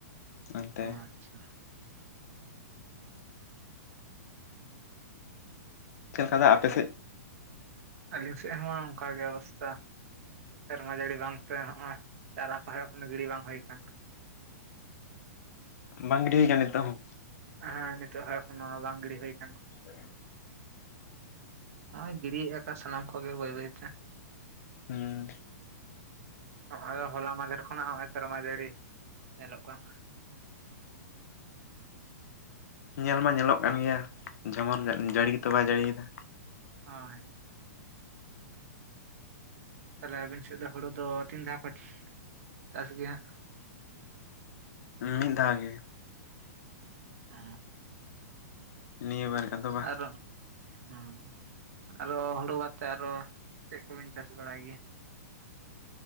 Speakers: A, on the left; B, on the right.
A: ᱚᱱᱛᱮ
B: ᱚ ᱟᱪᱪᱷᱟ᱾
A: ᱪᱮᱫ ᱠᱟ ᱫᱟᱜ ᱟᱯᱮ ᱥᱮᱫ?
B: ᱟᱹᱞᱤᱧ ᱥᱮᱫ ᱦᱚᱸ ᱚᱱᱠᱟᱜᱮ ᱚᱵᱚᱥᱛᱟ᱾ ᱥᱮᱨᱢᱟ ᱡᱟᱹᱲᱤ ᱵᱟᱝᱛᱮ ᱱᱚᱜᱼᱚᱭ ᱪᱟᱨᱟ ᱠᱚᱦᱚ ᱜᱤᱲᱤ ᱵᱟᱝ ᱦᱩᱭ ᱟᱠᱟᱱ᱾
A: ᱵᱟᱝ ᱜᱤᱰᱤ ᱦᱩᱭ ᱠᱟᱱᱟ ᱱᱤᱛᱚᱜ ᱦᱚᱸ?
B: ᱦᱮᱸ ᱱᱤᱛᱚᱜ ᱦᱚ ᱮᱠᱷᱮᱱ ᱱᱚᱣᱟ ᱵᱟᱝ ᱜᱤᱰᱤ ᱦᱩᱭ ᱠᱟᱱ
A: <inaudible>
B: ᱱᱚᱜ ᱚᱭ ᱜᱤᱰᱤᱭᱮᱫ ᱟᱠᱚ ᱥᱟᱱᱟᱢ ᱠᱚᱜᱮ ᱵᱟᱹᱭ ᱵᱟᱹᱭᱛᱮ᱾
A: ᱦᱩᱸᱻ
B: ᱱᱚᱜ ᱦᱚᱞᱟ ᱢᱟᱦᱫᱷᱮᱨ ᱠᱷᱚᱱᱟᱜ ᱱᱚᱜᱼᱚᱭ ᱥᱮᱨᱢᱟ ᱡᱟᱹᱲᱤ ᱧᱮᱞᱚᱜ ᱠᱟᱱ᱾
A: ᱧᱮᱞ ᱢᱟ ᱧᱮᱞᱚᱜ ᱠᱟᱱ ᱜᱮᱭᱟ ᱡᱮᱢᱚᱱ ᱡᱟᱹᱲᱤ ᱜᱮᱛᱚ ᱵᱟᱭ ᱡᱟᱹᱲᱤᱭ ᱫᱟ᱾
B: ᱚ ᱟᱡ ᱛᱟᱦᱞᱮ ᱟᱹᱵᱤᱱ ᱥᱮᱫ ᱫᱚ ᱦᱩᱲᱩ ᱫᱚ ᱛᱤᱱ ᱫᱷᱟᱣ ᱠᱚ ᱪᱟᱥ ᱜᱮ ᱦᱟᱸᱜ?
A: ᱢᱤᱫ ᱫᱷᱟᱣ ᱜᱮ᱾
B: ᱚᱸ᱾
A: ᱱᱤᱭᱟᱹ ᱵᱟᱨᱮ ᱟᱫᱚ ᱵᱟᱝ᱾
B: ᱟᱨᱚ ᱦᱩᱸ ᱟᱨᱚ ᱦᱩᱲᱩ ᱵᱟᱛᱮ ᱟᱨᱚ ᱪᱮᱫ ᱠᱚᱵᱤᱱ ᱪᱟᱥ ᱵᱟᱲᱟᱭ ᱜᱮᱭᱟ?